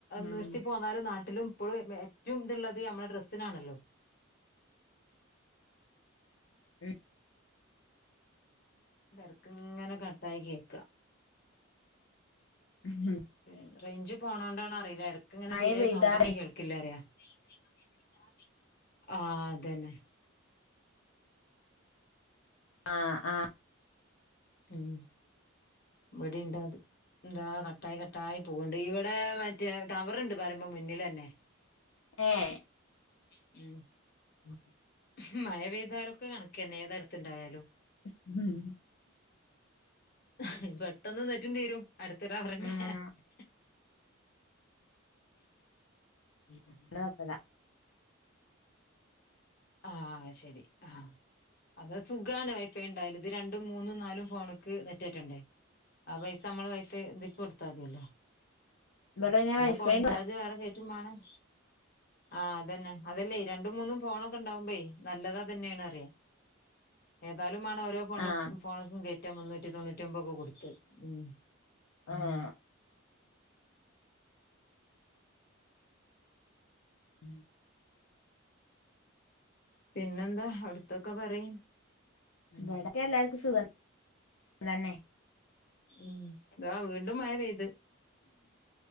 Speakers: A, on the left; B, on the left.
A: ഉം
B: നിർത്തി പോ ന്നാലും നാട്ടിലും പ്പോളും ഏറ്റവുംത്ള്ളത് ഞമ്മളെ ഡ്രസ്സിനാണല്ലോ.
A: ഉം
B: തെരക്ക്ങ്ങനെ കട്ടായി കേൾക്ക.
A: അ്ഹ്
B: പിന്നെ റേയിഞ്ച് പോണോണ്ടാണോ അറീല ഇടക്ക്ങ്ങനെ
A: മഴ
B: തീരേ
A: പെയ്താ
B: സൗണ്ടന്നെ കേൾ <unintelligible> ആഹ് അതന്നെ
A: ആഹ് ആ
B: ം ബടീം ണ്ടാത്. എന്താ കട്ടായി കട്ടായി പോക്ണ്ട് ഇവിടെ മറ്റേ ടവറ്ണ്ട് പറിമ്പോ മുന്നിലന്നെ. <inaudible>
A: ഏഹ്
B: അ്
A: <inaudible>
B: ഹ് മഴ പെയ്താലൊക്കെ കണക്കന്നെ ഏതെടുത്തണ്ടായാലും.
A: ഹ്ം
B: ഹ് പെട്ടന്ന് നെറ്റും തീരും അടുത്ത് ടവറ്ണ്ടായ
A: ആഹ്
B: ഹ് ഹ്
A: <unintelligible>
B: ആഹ് ശരി ആഹ് അത് സുഖാണ് വൈഫൈ ണ്ടായാല് ത് രണ്ടും മൂന്നും നാലും ഫോണ്ക്ക് നെറ്റ് കേറ്റണ്ടേ? ആ പൈസ മ്മള് വൈഫൈ തിക്ക കൊടുത്താ ൾതിയല്ലോ.
A: ഇവിടെ
B: പിന്നെ
A: വൈഫൈ
B: കോളിംഗ്
A: ഉണ്ട്
B: ചാർജ് വേറെ കേറ്റുമാണം ആഹ് അതന്നെ അതല്ലെ രണ്ടും മൂന്നും ഫോണൊക്കെ ഉണ്ടാവകുംപെ നല്ലതാ തന്നെയാണ് അറിയാം ഏതായാലുംമാണ് ഓരോ ഫോണ
A: ആഹ്
B: ഫോണക്കും കയറ്റ മുന്നൂറ്റി തൊണ്ണൂറ്റി ഒൻമ്പക്കെ കൊടുത്തത് ഉം
A: ആഹ് ഉം
B: പിന്നെന്താ അടുത്തൊക്കെ പറയ്
A: വ്ടെ എല്ലാവർക്കും സുഖ തന്നെ
B: ഉമ് താ വീണ്ടും മയ പെയ്ത്